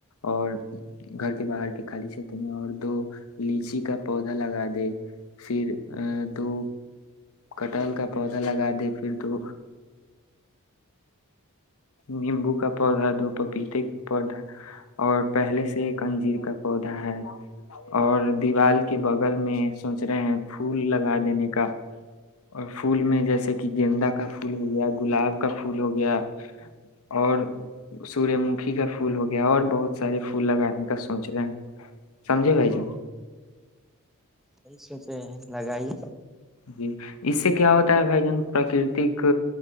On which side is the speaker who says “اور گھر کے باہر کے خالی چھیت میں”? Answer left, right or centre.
Left